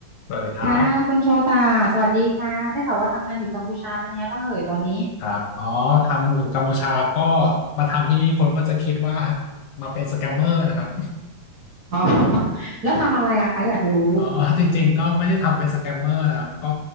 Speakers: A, on the left; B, on the right.
A: สวัสดีครับ
B: ค่ะคุณโชตาสวัสดีค่ะได้ข่าวว่าทำงานอยู่กัมพูชาเป็นยังไงบ้างเอ่ยตอนนี้
A: ครับอ๋อทางอยู่กัมพูชาก็มาทำที่นี่คนก็จะคิดว่ามาเป็นสแกมเมอร์นะครับ
B: อ๋อ <laughs> แล้วทำอะไรอะคะอยากรู้
A: <laughs> อ๋อจริงๆก็ไม่ได้ทำเป็นสแกมเมอร์นะครับก็